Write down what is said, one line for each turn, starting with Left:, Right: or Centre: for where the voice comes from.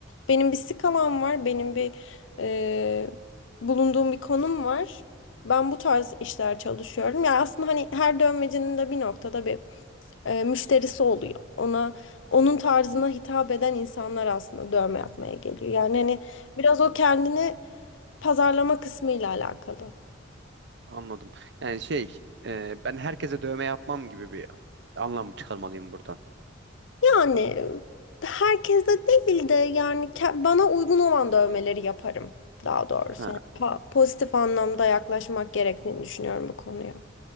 Left: benim bir skalam var, benim bir e, bulunduğum bir konum var. Ben bu tarz işler çalışıyorum. Ya aslında hani her dövmecinin de bir noktada bir e, müşterisi oluyor. Ona onun tarzına hitap eden insanlar aslında dövme yapmaya geliyor. Yani hani biraz o kendini pazarlama kısmıyla alakalı.
Right: Anladım. Yani şey, e, ben herkese dövme yapmam gibi bir anlam mı çıkarmalıyım buradan?
Left: Yani e, herkes de değil de yani ke- bana uygun olan dövmeleri yaparım daha doğrusu.
Right: Ha,
Left: Hani pa- pozitif anlamda yaklaşmak gerektiğini düşünüyorum bu konuya.